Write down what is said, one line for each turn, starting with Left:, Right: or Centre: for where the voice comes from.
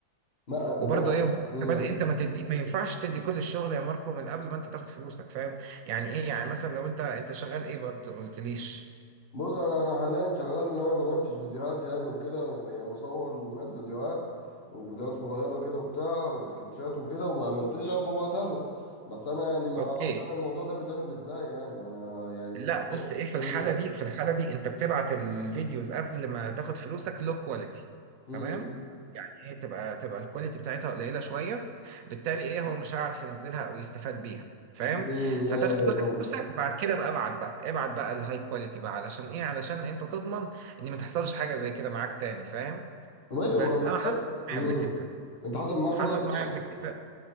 Left: ما
Right: وبرضه
Left: ما انا
Right: ايه وبرضه
Left: امم
Right: بدأ انت ما تدي ما ينفعش تدي كل الشغل يا ماركو من قبل ما انت تاخد فلوسك فاهم يعني ايه يعني مثلا لو انت انت شغال ايه برضه قلتليش
Left: بص انا انا حاليا شغال ان انا بمنتج فيديوهات يعني وكده وب- يعني بصور للناس فيديوهات وفيديوهات صغيره كده وبتاع وسكتشات وكده وبمنتجها وببعتها لهم بس انا يعني ما
Right: اوكي
Left: اعرفش انا الموضوع ده بيتعمل ازاي يعني ما انا يعني
Right: لا بص ايه في الحاله
Left: امم
Right: دي في الحاله دي انت بتبعت الفيديوز قبل ما تاخد فلوسك لو كواليتي
Left: امم
Right: تمام يعني ايه تبقى تبقى الكواليتي بتاعتها قليله شويه بالتالي ايه هو مش هيعرف ينزلها او يستفاد بيها فاهم
Left: امم
Right: فتاخد
Left: ايوه أيوة،
Right: كل
Left: فاهم
Right: فلوسك بعد كده بقى ابعت بقى ابعت بقى الهاي كواليتي بقى علشان ايه علشان انت تضمن ان ما تحصلش حاجه زي كده معاك تاني فاهم
Left: طب ايوه
Right: بس
Left: ما
Right: انا حصلت
Left: ما-
Right: معايا
Left: امم
Right: قبل كده
Left: انت حصل معاك برضه
Right: حصلت
Left: قبل
Right: معايا
Left: كده
Right: قبل كده